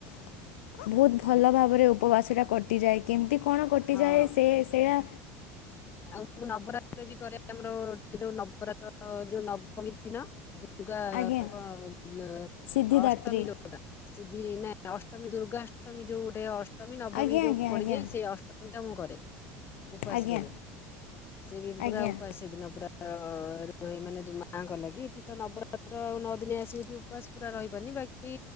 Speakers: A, on the left (about 70°); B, on the left (about 35°).
A: <inaudible> ବହୁତ ଭଲ
B: ହଁ।
A: ଭାବରେ ଉପବାସ ଟା କଟିଯାଏ। କେମିତି କଣ କଟିଯାଏ
B: ହଁ
A: ସେ ସେଇଟା
B: ଆଉ ମୁଁ ନବରାତ୍ର ବି କରେ ଆମର ଯୋଉ <unintelligible> ଯୋଉ ନବମୀ ଦିନ ଦୁର୍ଗାଙ୍କ
A: ଆଜ୍ଞା
B: <unintelligible>
A: ସିଦ୍ଧିଦାତ୍ରୀ
B: ଅଷ୍ଟମୀରଟା ଦ ନାଁ ଅଷ୍ଟମୀ ଦୁର୍ଗାଷ୍ଟମୀ ଯୋଉଟେ ଅ ଅଷ୍ଟମୀ ନବମୀ
A: ଆଜ୍ଞା
B: ଯେଉଁ
A: ଆଜ୍ଞା
B: ପଡ଼ିଯାଇ
A: ଆଜ୍ଞା
B: ସେ ଅଷ୍ଟମୀ ତ ମୁଁ କରେ। ଉପସ
A: ଆଜ୍ଞା
B: ରୁହେ। <inaudible> ସେ ବି
A: ଆଜ୍ଞା।
B: ପୁରା ଉପାସ ସେଦିନ ପୁରା ରୁହେ ମାନେ ଦ ମାଙ୍କ ଲାଗି ଏଠି ତ ନବରାତ୍ର ଆଉ ନଅ ଦିନି ଆସିକି ଏଠି ଉପାସ ପୁରା ରହିବନି ବାକି